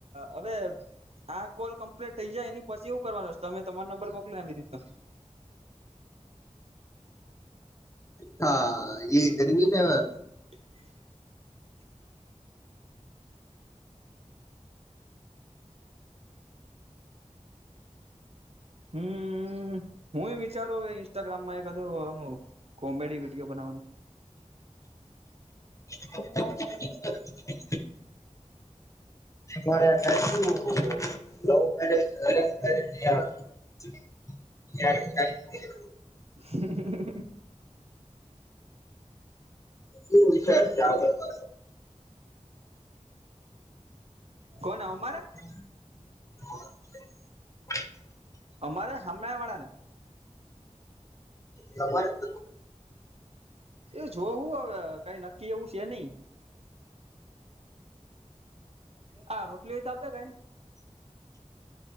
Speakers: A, on the right (about 55°); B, on the left (about 25°).
A: હવે આ કોલ કમ્પ્લીટ થઇ જાય, એની પછી એવું કરવાનું, તમે તમારો નંબર મોકલી આપો, એ રીતે.
B: હા, એ કરવી ને, હવે.
A: <inaudible> હમ, હું એ વિચારું, હવે ઇન્સ્ટાગ્રામમાં એ બધું. કોમેડી વિડીયો બનાવાનું
B: <inaudible> શ <unintelligible> <inaudible>
A: હ.
B: શું વિચાર્યું છે, આગળ પર?
A: કોન અમાર
B: હ
A: અમારે હામેવાળા ને
B: તમારે <unintelligible>
A: એ જોવું હવે કઈ નક્કી એવું છે નઈ. હા રોટલી તો આપજે ગાય ને